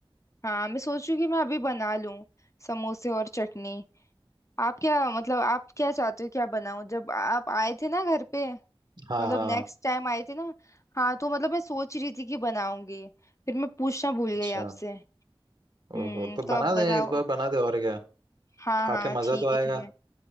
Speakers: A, on the left (about 35°); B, on the right (about 50°).
A: हाँ मैं सोच रही हूँ कि मैं अभी बना लूँ समोसे और चटनी आप क्या मतलब आप क्या चाहते हो क्या बनाऊँ जब आप आए थे ना घर पे
B: हाँ
A: मतलब
B: हाँ
A: नेक्स्ट टाइम आए थे ना हाँ तो मतलब मैं सोच रही थी कि बनाऊंगी फिर मैं पूछना भूल गई
B: अच्छा
A: आपसे हम्म
B: ओहो तो
A: तो
B: बना
A: आप बताओ
B: दें इस बार बना दे और क्या
A: हाँ
B: खा
A: हाँ
B: के मज़ा
A: ठीक
B: तो आएगा
A: है ठीक है